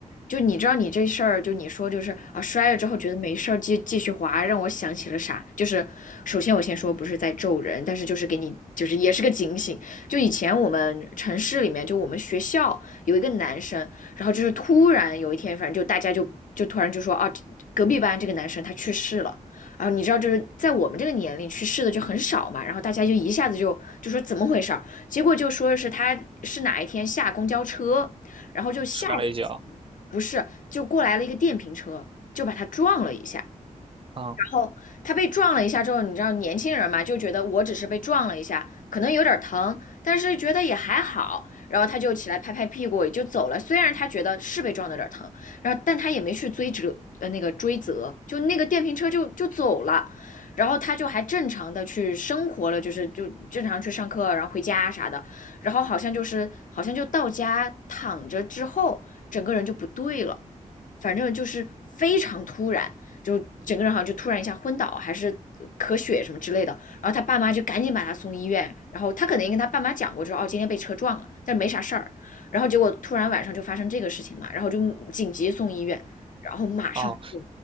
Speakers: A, on the left; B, on the right.
A: 就你知道你这事儿，就你说就是啊，摔了之后觉得没事儿，继继续滑，让我想起了啥？就是首先我先说不是在咒人，但是就是给你就是也是个警醒。就以前我们城市里面，就我们学校有一个男生，然后就是突然有一天，反正就大家就就突然就说啊，隔壁班这个男生他去世了。然后你知道，就是在我们这个年龄去世的就很少嘛，然后大家就一下子就就说怎么回事儿，结果就说是他是哪一天下公交车，然后就下去。
B: 摔了一跤
A: 不是，就过来了一个电瓶车，就把他撞了一下。
B: 啊
A: 后他被撞了一下之后，你知道年轻人嘛，就觉得我只是被撞了一下，可能有点疼，但是觉得也还好。然后他就起来拍拍屁股也就走了。虽然他觉得是被撞的有点疼，然后但他也没去追责，呃，那个追责，就那个电瓶车就就走了。然后他就还正常的去生活了，就是就正常去上课，然后回家啥的。然后好像就是好像就到家躺着之后，整个人就不对了，反正就是非常突然。就整个人好像就突然一下昏倒，还是咳血什么之类的。然后他爸妈就赶紧把他送医院，然后他可能跟他爸妈讲过，就说哦今天被车撞了，但是没啥事儿。然后结果突然晚上就发生这个事情嘛，然后就紧急送医院，然后马上就，
B: 啊。